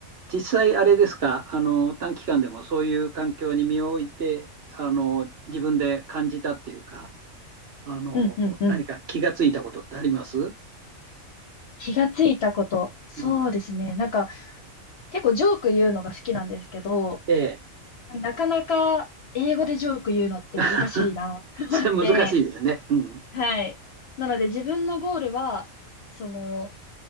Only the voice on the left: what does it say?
うんうんうん。
気がついたこと。そうですね。
なんか、結構ジョーク言うのが好きなんですけど、
なかなか英語でジョーク言うのって難しいなって
はい。なので自分のゴールは、その、